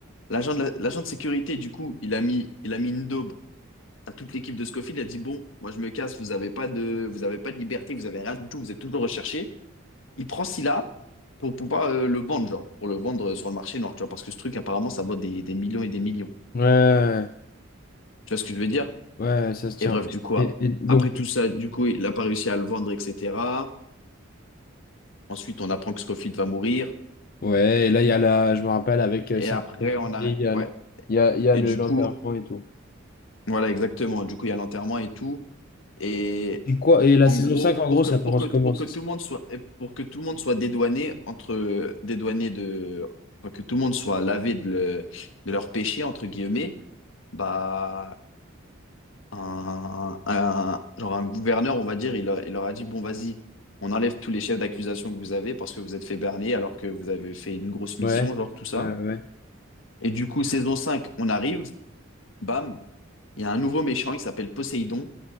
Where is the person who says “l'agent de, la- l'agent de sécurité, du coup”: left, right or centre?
Left